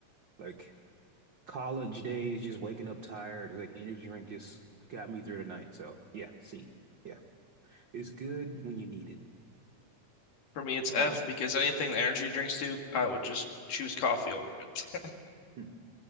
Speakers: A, on the right (about 75°); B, on the left (about 70°).
A: like. college days, just waking up tired, it's like energy drink just got me through the night. So yeah, see, yeah, it's good when you need it.
B: For me, it's
A: Oh,
B: F because anything the energy drinks do, I would just choose coffee over it.
A: hmm.